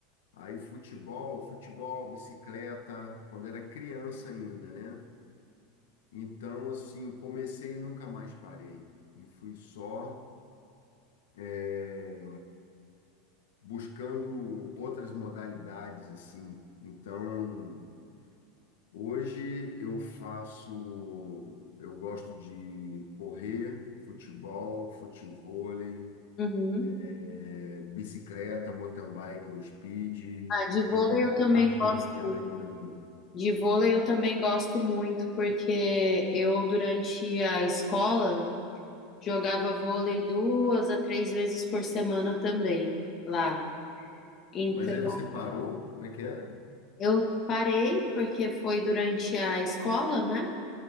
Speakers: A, on the left; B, on the left.
A: Aí futebol, futebol, bicicleta, quando era criança ainda, né? Então assim, comecei e nunca mais parei e fui só eh, buscando outras modalidades assim. Então Hoje eu faço, eu gosto de correr, futebol, futevôlei,
B: Uhum.
A: é, bicicleta, mountain bike ou speed
B: Ah, de vôlei
A: e
B: eu também
A: artes
B: gosto.
A: marciais também.
B: De vôlei eu também gosto muito, porque eu, durante a escola, jogava vôlei duas a três vezes por semana também lá. Então,
A: Mas aí você parou? Como é que é?
B: eu parei, porque foi durante a escola, né?